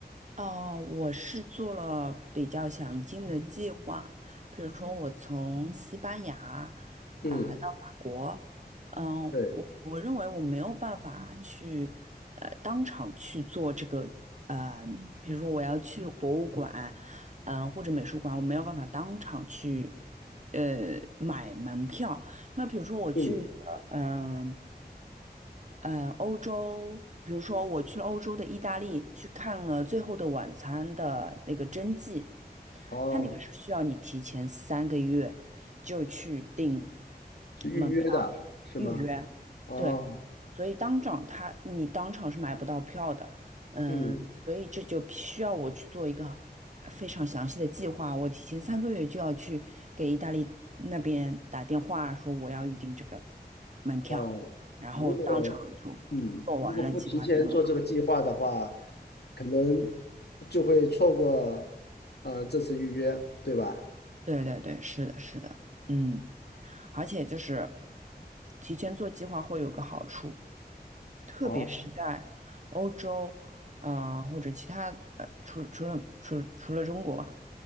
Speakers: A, on the right; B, on the left.
A: 哦，我是做了比较详尽的计划，比如说我从西班牙
B: 嗯，
A: 啊、到法国，嗯、
B: 对，
A: 我我认为我没有办法去呃当场去做这个，呃，比如说我要去博物馆，嗯、或者美术馆，我没有办法当场去呃买门票。那比如说我去嗯、
B: 嗯，
A: 嗯，呃欧洲，比如说我去了欧洲的意大利，去看了《最后的晚餐》的那个真迹，
B: 哦，
A: 它那个是需要你提前三个月就去订
B: 去预约的是吗？
A: 门票预约，
B: 哦，
A: 对，所以当场他你当场是买不到票的，嗯，
B: 嗯
A: 所以这就需要我去做一个非常详细的计划，我提前三个月就要去给意大利那边打电话说我要预定这个门票，
B: 哦，
A: 然后当场就做完了计划定了。
B: 如果嗯如果不提前做这个计划的话，可能就会错过呃这次预约，对吧？
A: 对对对，是的，是的，嗯。而且就是提前做计划会有个好处，特别是在欧洲，
B: 好，
A: 呃，或者其他呃，除除了除除了中国